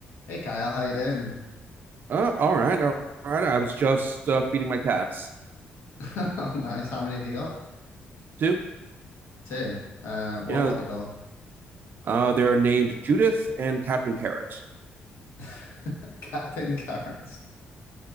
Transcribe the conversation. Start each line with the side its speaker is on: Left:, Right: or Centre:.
Left: Hey Kyle, how you doing?
Right: Uh, all right, all right. I was just uh, feeding my cats
Left: <laughs> Nice. How many have you got?
Right: too.
Left: Two. Uh, what
Right: Yeah,
Left: what they call?
Right: uh, they're named Judith and Captain Carrot.
Left: <laughs> Captain Carrots.